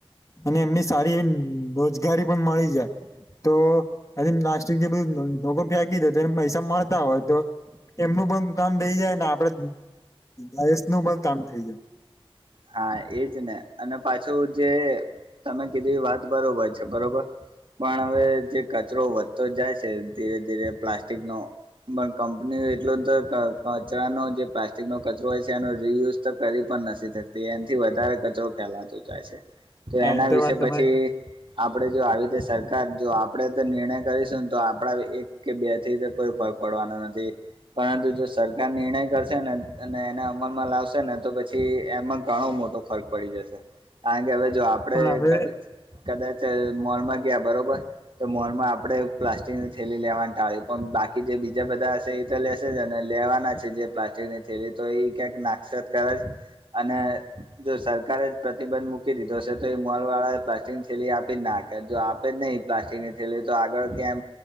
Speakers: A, on the left; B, on the right.
A: અને એમની સારી એવી રોજગારી પણ મળી જાય તો એ પ્લાસ્ટિક જે બધું લોકો ફેંકી દે એને પૈસા મળતા હોય તો એમનું પણ કામ થઈ જાય ને આપડે આઈ એસ નું પણ કામ થઇ જાય
B: હા એજ ને અને પાછું જે તમે કીધી વાત બરોબર છે બરોબર પણ હવે જે કચરો વધતો જાય છે ધીરે ધીરે પ્લાસ્ટિક નો મન કંપની એટલા તો ક કચરાનો જે પ્લાસ્ટિકનો કચરો હોય છે એનો રિયુઝ તો કરી પણ નથી થક એનથી વધારે કચરો ફેલાતો જાય છે તો
A: હા
B: એના
A: એ
B: વિશે
A: વાત તમારી
B: પછી
A: સાચી.
B: આપડે જો આવી રીતે સરકાર જો આપડે તો નિર્ણય કરીશું ને તો આપડા એક કે બે થી કોઈ ફક પડવાનો નથી પરંતુ જો સરકાર નિર્ણય કરશે ને અને એને અમલમાં લાવશે ને તો પછી એમાં ઘણો મોટો ફર્ક પડી જશે, કારણ કે હવે જો આપણેે
A: પણ હવે
B: કદાચ કદાચ મોલમાં ગયા બરોબર. તો મોલમાં આપડે પ્લાસ્ટિકની થેલી લેવા ટાળ્યું પણ બાકી જે બીજા બધા હશે લે જ અને લેવાના છે જે પ્લાસ્ટિકની થેલી તો એ ક્યાંક નાશત કરે, અને જો સરકારે જ પ્રતિબંધ મૂકી દીધો હશે તો એ મોલ વાળા પ્લાસ્ટિકની સીલી આપી જ નાખ જો આપે જ નહીિ પ્લાસ્ટિક ની થે તો આગળ ક્યાં